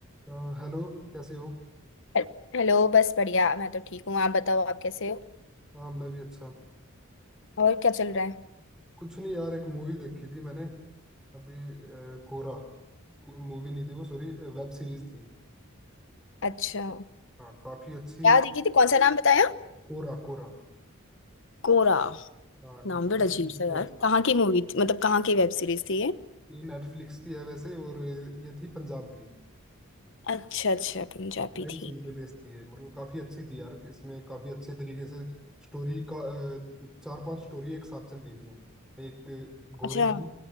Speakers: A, in the centre; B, on the left.
A: अ, hello कैसे हो
B: Hello- hello बस बढ़िया मैं तो ठीक हूँ आप बताओ आप कैसे हो
A: हाँ मैं भी अच्छा
B: और क्या चल रहा है
A: कुछ नहीं यार एक मूवी देखी थी मैंने अभी अ, कोरा मूवी नहीं थी वो सॉरी वेब सीरीज थी
B: अच्छा
A: हाँ काफी अच्छी
B: क्या देखी थी कौन सा नाम बताया
A: कोरा कोरा
B: कोरा
A: हाँ
B: नाम
A: नेटफ्लिक्स
B: बड़ा अजीब सा
A: की
B: यार
A: वेब सीरीज
B: कहाँ की मूवी थी मतलब कहाँ की वेब सीरीज थी ये
A: है ये नेटफ्लिक्स की है वैसे और ये थी पंजाब की
B: अच्छा अच्छा पंजाबी
A: हाँ क्राइम
B: थी
A: सीन पे बेस्ड थी ये, मतलब काफी अच्छी थी यार इसमें काफी अच्छे तरीके से स्टोरी का अ, चार पांच स्टोरी एक साथ चल रही थी एक गोरे
B: अच्छा
A: की